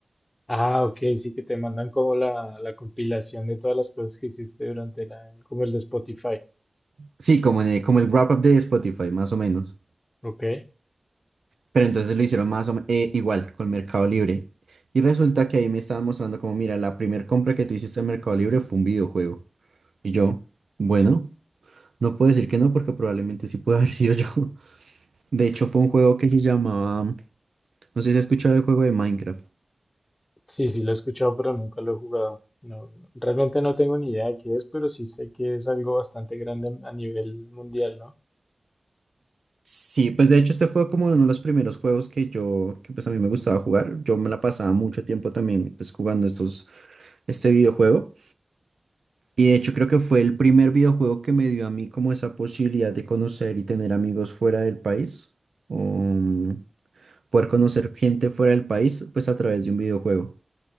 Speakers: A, on the left; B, on the right.
A: Ah, ok, sí que te mandan como la, la compilación de todas las cosas que hiciste durante la, como el de Spotify.
B: Sí, como, en el, como el wrap-up de Spotify, más o menos.
A: Ok.
B: Pero entonces lo hicieron más o me- eh, igual con Mercado Libre. Y resulta que ahí me estaban mostrando como, mira, la primera compra que tú hiciste en Mercado Libre fue un videojuego. Y yo, bueno, no puedo decir que no porque probablemente sí puede haber sido yo. <laughs> De hecho, fue un juego que se llamaba, no sé si has escuchado el juego de Minecraft.
A: Sí, sí, lo he escuchado, pero nunca lo he jugado. No, realmente no tengo ni idea de qué es, pero sí sé que es algo bastante grande a nivel mundial, ¿no?
B: Sí, pues de hecho este fue como uno de los primeros juegos que yo, que pues a mí me gustaba jugar. Yo me la pasaba mucho tiempo también pues jugando estos, este videojuego. Y de hecho creo que fue el primer videojuego que me dio a mí como esa posibilidad de conocer y tener amigos fuera del país, um, poder conocer gente fuera del país, pues a través de un videojuego.